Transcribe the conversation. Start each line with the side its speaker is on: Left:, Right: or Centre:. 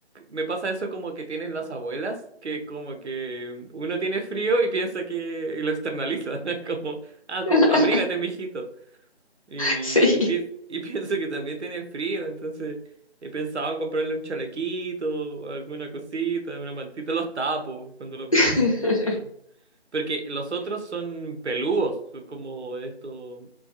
Right: me pasa eso como que tienen las abuelas, que como que uno tiene frío y piensa que, y lo externaliza, <laughs> como, ah, como,
Left: <laughs>
Right: abrígate, mijito. Y,
Left: Sí.
Right: y, pie- <laughs> y pienso que también tienen frío, entonces he pensado en comprarle un chalequito, alguna cosita, una mantita, los tapo cuando los veo
Left: <laughs>
Right: así como... Porque los otros son peludos, son como esto